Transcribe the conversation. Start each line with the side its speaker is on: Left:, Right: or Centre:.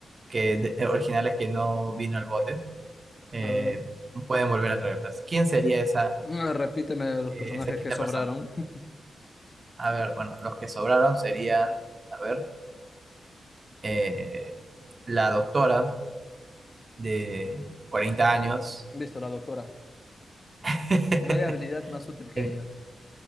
Right: que de- eh, originales que no vino al bote, eh,
Left: A ver.
Right: pueden volver a traerlas. ¿Quién sería esa,
Left: Ah, Repíteme los
Right: eh,
Left: personajes
Right: esa quinta
Left: que sobraron.
Right: persona?
Left: <laughs>
Right: A ver, bueno, los que sobraron serían, a ver, eh, la doctora de 40 años
Left: Listo, la doctora.
Right: <laughs>
Left: No hay habilidad más útil que
Right: en,
Left: ella.